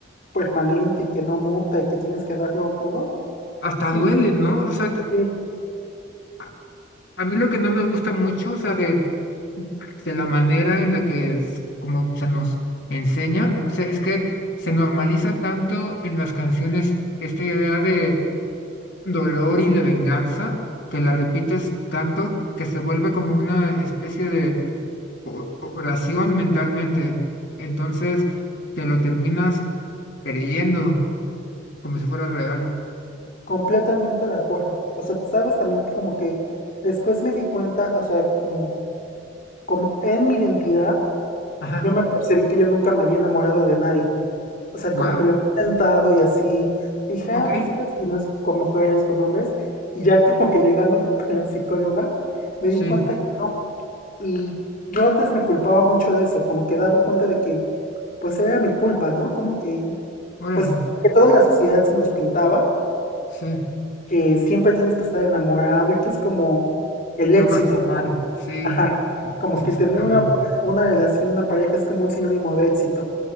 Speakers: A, on the left; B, on the left.
A: permanente y que no muta y que tienes que darlo todo,
B: hasta
A: siento
B: duele,
A: que
B: ¿no? O sea,
A: sí,
B: a, a mí lo que no me gusta mucho, o sea, de, de la manera en la que es, como se nos enseña, o sea, es que se normaliza tanto en las canciones esta idea de dolor y de venganza, que la repites tanto que se vuelve como una especie de o- oración mentalmente. Entonces, te lo terminas creyendo como si fuera real.
A: completamente de acuerdo. O sea, sabes también que como que después me di cuenta, o sea, como, como en mi identidad,
B: Ajá.
A: Yo me percibí que yo nunca me había enamorado de nadie. O sea,
B: Wow.
A: como que lo había intentado y así. Y dije,
B: Ok.
A: ah, pues sabes si no es con mujeres, con hombres. Y ya como que llegando <laughs> c- con la psicóloga, me
B: Sí.
A: di cuenta que no. Y yo antes me culpaba mucho de eso, como que daba cuenta de que, pues era mi culpa, ¿no? Como que,
B: Órale.
A: pues, como que toda la sociedad se nos pintaba,
B: Sí.
A: que siempre tienes que estar enamorado y que es como el
B: Lo
A: éxito,
B: más normal,
A: ¿no?
B: sí,
A: Ajá. Como
B: es exactamente.
A: que tener una, una relación, una pareja es como un sinónimo de éxito.